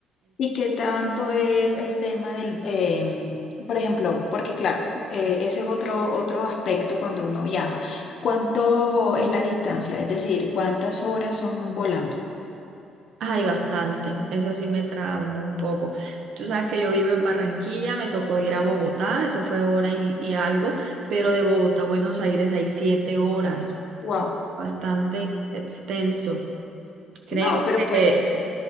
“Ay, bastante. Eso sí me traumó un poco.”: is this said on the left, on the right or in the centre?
Right